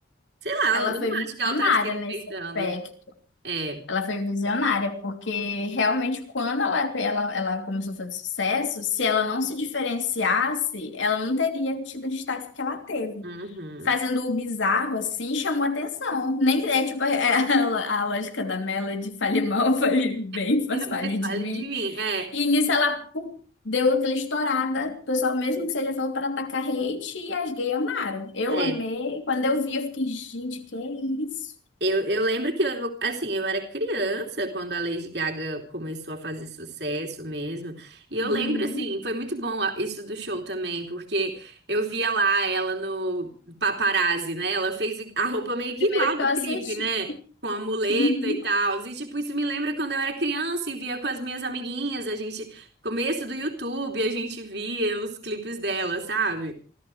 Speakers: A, on the right; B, on the left.
A: Sei lá,
B: ela
A: eu não
B: foi visionária
A: acho que ela tá desrespeitando.
B: nesse aspecto.
A: É.
B: Ela foi visionária porque realmente quando ela, ela, ela começou a fazer sucesso, se ela não se diferenciasse, ela não teria tido o destaque que ela teve.
A: Uhum.
B: Fazendo o bizarro assim, chamou atenção. Nem que- é tipo <laughs> é, a, a lógica da Melody, fale mal, fale bem,
A: <laughs>
B: faz fale
A: Mas
B: de
A: fale
B: mim.
A: de mim. É,
B: E nisso ela pum, deu aquela estourada. O pessoal, mesmo que seja falou para atacar hate, e as gays amaram. Eu
A: é.
B: amei. Quando eu vi, eu fiquei, gente, que é isso?
A: Eu, eu lembro que eu, assim, eu era criança quando a Lady Gaga começou a fazer sucesso mesmo. E eu
B: Uhum.
A: lembro, assim, foi muito bom a- isso do show também, porque eu via lá ela no Paparazzi, né? Ela fez a roupa meio que
B: Primeiro
A: igual
B: que
A: do
B: eu assisti.
A: clipe, né? Com a muleta
B: Uhum.
A: e tal. E, tipo, isso me lembra quando eu era criança e via com as minhas amiguinhas, a gente, começo do YouTube, a gente via os clipes dela, sabe?